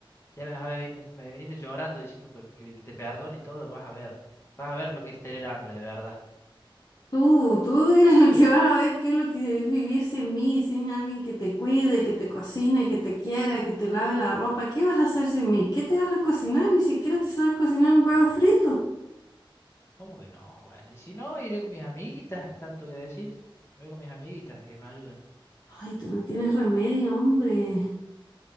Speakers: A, on the left; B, on the left.
A: Ya me vas a venir, vas a venir llorando diciendo per- que, que te perdone y todo. Vas a ver. Vas a ver lo que es tener hambre, de verdad.
B: Tú, tú eres el que vas a ver qué es lo que es vivir sin mí, sin alguien que te cuide, que te cocine, que te quiera, que te lave la ropa. ¿Qué vas a hacer sin mí? ¿Qué te vas a cocinar? Ni siquiera te sabes cocinar un huevo frito.
A: ¿Cómo que no? Bueno, y si no, iré con mis amiguitas, tanto que decís. Me voy con mis amiguitas que me ayuden.
B: Ay, tú no tienes remedio, hombre.